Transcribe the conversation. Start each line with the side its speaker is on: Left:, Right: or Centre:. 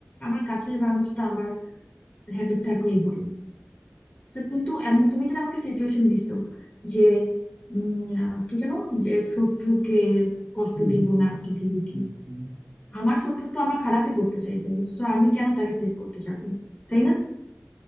Left: আমার কাছের মানুষটা আমার হ্যাপি থাকলেই হলো So, কিন্তু এমন তুমি যেটা আমাকে সিচুয়েশন দিছো যে উম আহ, কি জানো যে শত্রুকে কষ্ট
Right: হুম,
Left: দিব
Right: হুম, হুম,
Left: না কি দিব কি
Right: হুম, হুম।
Left: আমার শত্রু তো আমার খারাপই করতে চাইবে তো আমি কেন তাকে সেভ করতে চাইবো তাই না